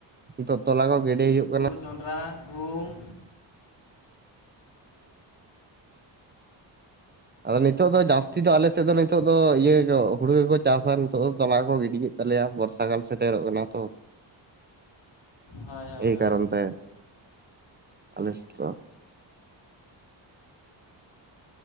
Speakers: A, on the right (about 20°); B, on the left (about 65°).
A: ᱱᱤᱛᱳᱜ ᱛᱚᱞᱟ ᱠᱚ ᱜᱤᱰᱤ ᱦᱩᱭᱩᱜ ᱠᱟᱱᱟ ᱾
B: ᱡᱚᱸᱰᱨᱟ, ᱜᱷᱩᱢ,
A: ᱟᱫᱚ ᱱᱤᱛᱚᱜ ᱫᱚ ᱡᱟᱹᱥᱛᱤ ᱫᱚ ᱟᱞᱮ ᱥᱮᱫ ᱫᱚ ᱱᱤᱛᱚᱜ ᱫᱚ ᱤᱭᱟᱹ ᱦᱩᱲᱩ ᱜᱮᱠᱚ ᱪᱟᱥᱟ ᱱᱤᱛᱚᱜ ᱫᱚ ᱛᱚᱞᱟ ᱠᱚᱠᱚ ᱜᱤᱰᱤ ᱛᱟᱞᱮᱭᱟ ᱵᱚᱨᱥᱟ ᱠᱟᱞ ᱥᱮᱴᱮᱨᱚᱜ ᱠᱟᱱᱟ ᱛᱚ
B: ᱦᱳᱭ ᱦᱳᱭ
A: ᱮᱭ
B: ᱦᱳᱭ
A: ᱠᱟᱨᱚᱱ ᱛᱮ ᱟᱞᱮ ᱥᱮᱫ ᱫᱚ